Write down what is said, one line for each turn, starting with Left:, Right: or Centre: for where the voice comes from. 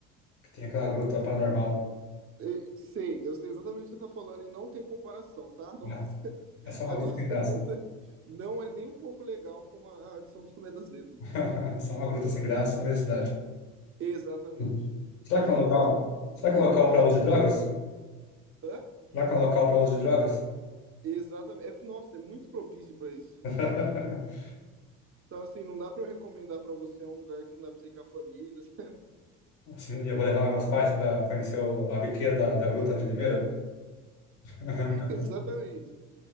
Left: que tem aquela gruta paranormal.
Right: Eh, Sei, eu sei exatamente o que você tá falando e não tem comparação, tá? <laughs> Nossa.
Left: Ah, é só uma
Right: A
Left: gruta
Right: nossa
Left: sem graça.
Right: <laughs> gruta não é nem um pouco legal como a a de São Tomé das Letras.
Left: <laughs> Só uma gruta sem graça no meio da cidade.
Right: Exatamente.
Left: Hum. Será
Right: Aí,
Left: que é um local?
Right: cara,
Left: Será
Right: sim,
Left: que é um local
Right: fala.
Left: para uso de drogas?
Right: Hã?
Left: Será que é um local para uso de drogas?
Right: Exatamente. É- nossa, é muito propício para isso.
Left: <laughs>
Right: Então, assim, não dá para eu recomendar para você um lugar que não dá para você ir com a família. <laughs>
Left: Assim, eu vou levar meus pais para conhecer o- a biqueira da, da gruta de Limeira. <laughs>
Right: Exatamente.